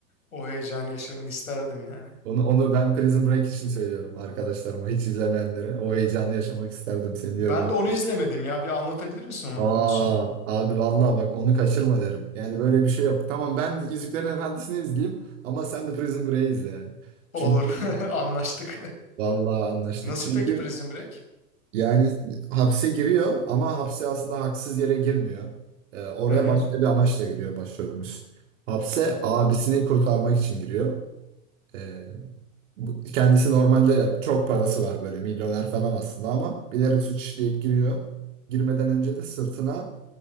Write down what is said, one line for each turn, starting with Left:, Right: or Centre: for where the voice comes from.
Left: o heyecanı yaşamayı isterdim yani.
Right: onu, onu ben Prison Break için söylüyorum arkadaşlarıma. Hiç izlemeyenlere. O heyecanı yaşamak isterdim senin
Left: Ben
Right: yerinde. olmak
Left: de onu izlemedim ya. Bir anlatabilir misin onun
Right: Aa,
Left: konusunu?
Right: abi vallahi bak onu kaçırma derim. Yani böyle bir şey yok. Tamam ben Yüzüklerin Efendisi'ni izleyeyim ama sen de Prison Break'i izle yani.
Left: Olur.
Right: Çünkü
Left: <laughs> Anlaştık.
Right: vallahi anlaştık.
Left: Nasıl
Right: Çünkü
Left: peki Prison Break?
Right: yani hapse giriyor ama hapse aslında haksız yere girmiyor. Ee, oraya
Left: Hı hı.
Right: başka bir amaçla giriyor başrolümüz. Hapse abisini kurtarmak için giriyor. Ee, bu- kendisi normalde çok parası var böyle milyoner falan aslında ama bilerek suç işleyip giriyor. Girmeden önce de sırtına